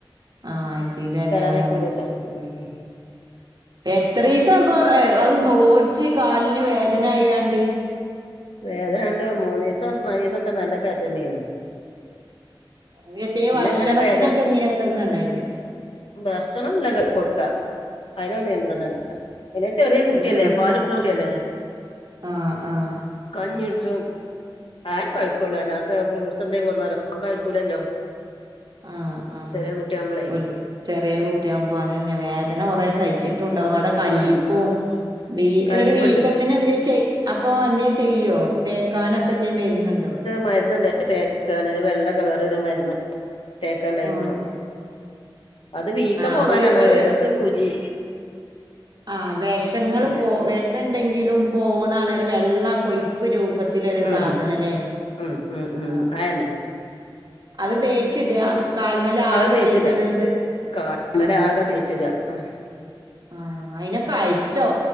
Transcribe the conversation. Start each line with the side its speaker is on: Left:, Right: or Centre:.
Right: ആഹ് ഐ സി യുല് അല്ലേ
Left: <unintelligible>
Right: ഓഹ് എത്ര ദിവസാ അപ്പം അത് നുളോഴച്ച് കാലിന് വേദന അയ്യാണ്ട്
Left: വേദന രണ്ട് മൂന്ന് ദിവസം നാല് ദിവസം ഒക്കെ നല്ല വേദന തന്നെയായിരുന്നു
Right: ഇനിയിപ്പം ഈ ഭക്ഷണത്തിനൊക്കെ
Left: ഇങ്ങനെ വേദന
Right: നിയന്ത്രണം ഉണ്ടായിന്
Left: ഭക്ഷണം എല്ലാം കൊടുക്കാം അതിന് നിയന്ത്രണം ഇല്ല ഇത് ചെറിയ കുട്ടിയല്ലേ
Right: അത് തിൻ
Left: പാല് കൊടുക്കുന്ന കുട്ടിയല്ലേ
Right: ആഹ് ആഹ്
Left: കഞ്ഞി കുടിച്ചും ആഹ് കഴിക്കൊള്ളില്ല ഫ്രൂട്ട്സ് എന്തേലും കൊണ്ടന്നാലും അവൻ കഴിക്കൂലല്ലോ
Right: ആഹ് ആഹ്
Left: ചെറിയ കുട്ടിയാവുമ്പളേ
Right: ഓൽക്ക് ചെറിയ കുട്ടിയാകുമ്പോ അതന്നെ വേദന കുറേ സഹിച്ചിട്ടുണ്ടാവും
Left: ഉം
Right: അവിടെ കല്ലിപ്പും
Left: നൽ ആഹ്
Right: ഈ
Left: കല്ലിപ്പ്ണ്ട്
Right: ഇതൊര് വീക്കത്തിന് എന്താ ചെയ്യ് അപ്പൊ എന്ത്‌ ചെയ്യോ തേക്കാനൊക്കെ തേ മരുന്നുണ്ടോ
Left: മരുന്ന്ണ്ടായി തേക്കാന് വെള്ള കളറ് ഒരു മരുന്ന് തേക്കണ്ടായിരുന്നു
Right: ആഹ്
Left: അത് വീക്കം
Right: ആഹ്
Left: പോകാനാണ്
Right: ഒരു ഒരു
Left: വേറക്ക് സൂചി
Right: ആഹ് വിഷങ്ങള്
Left: സൂചിന്റെ
Right: പോ വിഷം എണ്ടെങ്കിലും പോകണാണ് ഒരു വെള്ള കൊയ് കൊഴമ്പ് രൂപത്തിലൊരു
Left: ഉം
Right: സാധനല്ലേ
Left: ഉം ഉം ഉം
Right: ആഹ്
Left: അതന്നെ
Right: അത് തേച്ചിടുക കാൽമേൽ ആകെ
Left: അത് തേച്ചിട
Right: തേയ്ച്ചിടുന്നിട്ട്
Left: കാലിന്മേല്
Right: ആഹ്
Left: ആകെ തേച്ചിട ഉം
Right: ആഹ് അയിനൊക്കെ അഴിച്ചോ